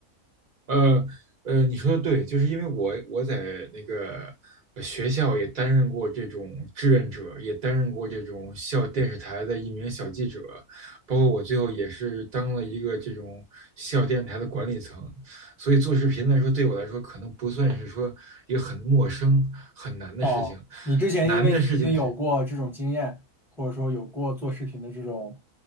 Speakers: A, on the right; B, in the centre.
A: 呃呃，你说的对，就是因为我我在那个呃学校也担任过这种志愿者，也担任过这种校电视台的一名小记者，包括我最后也是当了一个这种校电台的管理层，所以做视频来说，对我来说可能不算是说一个很陌生、很难的事情。
B: 哦，你之前因为你已经有过这种经验，
A: 难的事情是
B: 或者说有过做视频的这种